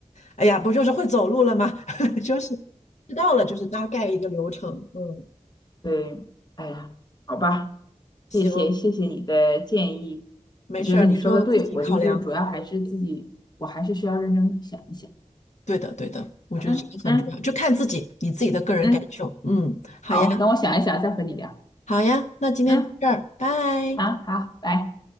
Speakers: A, on the left; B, on the left.
A: 哎呀，不就是会走路了吗？<laughs> 就是知道了，就是大概一个流程。嗯，
B: 对，哎呀，好吧，
A: 行，
B: 谢谢谢谢你的建议，
A: 没事儿，
B: 我觉得你说的对，
A: 你就自己考量。
B: 我就是主要还是自己，我还是需要认真想一想。
A: 对的，对的，我觉得这个很重要，
B: 嗯嗯
A: 就看自己，你自己的个人感受。
B: 嗯，
A: 嗯，好呀。
B: 好，等我想一想再和你聊。
A: 好呀，那今天到这儿，
B: 嗯，
A: 拜。
B: 好好，拜。